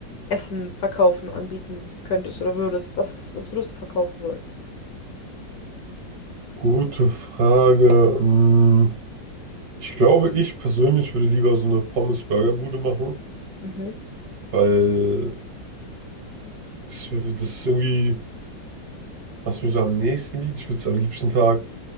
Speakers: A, on the left; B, on the right.
A: Essen verkaufen anbieten könntest oder würdest, was, was würdest du verkaufen wollen?
B: Gute Frage. Ähm, Ich glaube, ich persönlich würde lieber so eine Pommes-Burger-Bude machen,
A: Mhm.
B: weil das, das ist irgendwie, was mir so am nächsten liegt. Ich würde es am liebsten Tag,